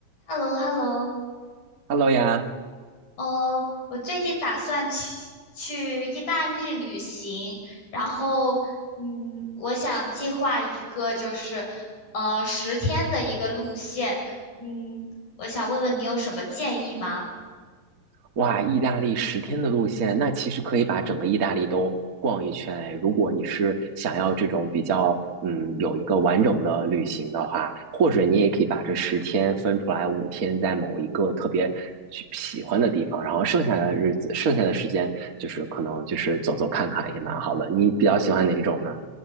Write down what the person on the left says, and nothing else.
h e l l o h e l l o
哦，我最近打算去去意大利旅行，然后，嗯，我想计划一个就是，呃，十天的一个路线，嗯，我想问问你有什么建议吗？